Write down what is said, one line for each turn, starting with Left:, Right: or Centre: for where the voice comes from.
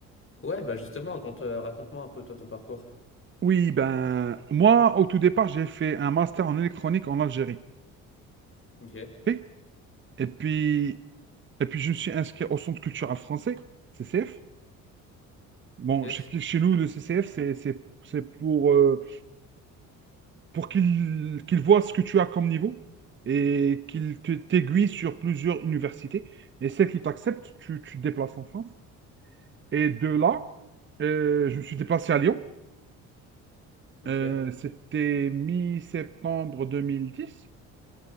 Left: Ouais, bah justement, raconte, euh, raconte-moi un peu toi ton parcours.
Right: Oui, ben, moi, au tout départ, j'ai fait un master en électronique en Algérie.
Left: Ok,
Right: Ok Et puis, et puis, je me suis inscrit au Centre culturel français, CCF. Bon,
Left: yes,
Right: je t'explique, chez nous, le CCF, c'est, c'est, c'est pour, euh, pour qu'il qu'il voit ce que tu as comme niveau et qu'il te- t'aiguille sur plusieurs universités. Et celle qui t'accepte, tu, tu te déplaces en France. Et de là, euh, je me suis déplacé à Lyon.
Left: ok,
Right: Euh, c'était mi-septembre deux mille dix